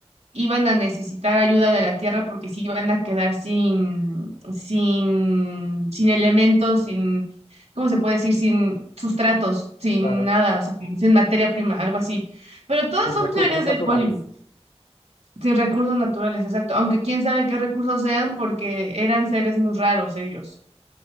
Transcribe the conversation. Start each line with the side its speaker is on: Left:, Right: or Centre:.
Right: iban a necesitar ayuda de la Tierra porque se iban a quedar sin, sin, sin elementos, sin, ¿cómo se puede decir? Sin sustratos, sin
Left: Claro.
Right: nada, o sea, sin materia prima, algo así. Pero todas
Left: Sin
Right: son
Left: recursos
Right: teorías
Left: naturales.
Right: de Hollywood sin recursos naturales, exacto. Aunque quién sabe qué recursos sean, porque eran seres muy raros ellos.